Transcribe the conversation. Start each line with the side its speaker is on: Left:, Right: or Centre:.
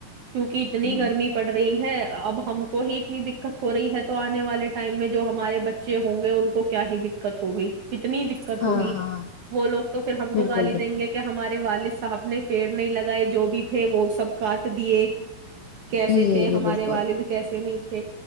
Right: کیونکہ اتنی
Left: ہ
Right: گرمی پڑ رہی ہے اب ہم کو ہی اتنی دقت ہو رہی ہے تو آنے والے ٹائم میں جو ہمارے بچے ہوں گے ان کو کیا ہی دقت ہوگی کتنی دقت
Left: ہاں
Right: ہوگی
Left: ہاں
Right: وہ لوگ تو پھر ہم
Left: بالکل
Right: کو گالی
Left: بالکل
Right: دیں گے کہ ہمارے والد صاحب نے پیڑ نہیں لگائے جو بھی تھے وہ سب کاٹ دیے <unintelligible> کیسے
Left: جی
Right: تھے
Left: جی
Right: ہمارے
Left: بالکل
Right: والد کیسے نہیں تھے